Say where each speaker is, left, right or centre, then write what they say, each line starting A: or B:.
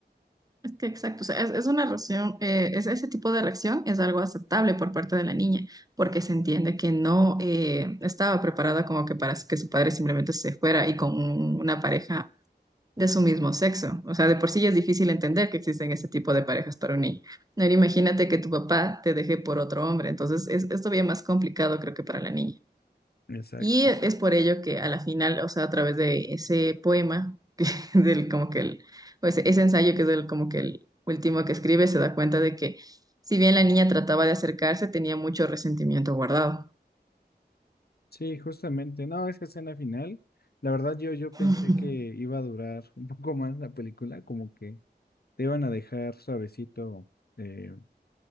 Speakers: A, on the right; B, on the left.
A: Es que exacto, o sea, es, es una reacción, eh, es, ese tipo de reacción es algo aceptable por parte de la niña, porque se entiende que no eh, estaba preparada como que para que su padre simplemente se fuera y con un- una pareja de su mismo sexo. O sea, de por sí ya es difícil entender que existen ese tipo de parejas para un niño. No, imagínate que tu papá te deje por otro hombre, entonces es, es todavía más complicado creo que para la niña.
B: Exacto.
A: Y es por ello que a la final, o sea, a través de ese poema, que <laughs> del como que el, o ese, ese ensayo que es el, como que el último que escribe, se da cuenta de que si bien la niña trataba de acercarse, tenía mucho resentimiento guardado.
B: Sí, justamente. No, esa escena final, la verdad yo, yo
A: <laughs>
B: pensé que iba a durar <laughs> un poco más la película, como que te iban a dejar suavecito eh,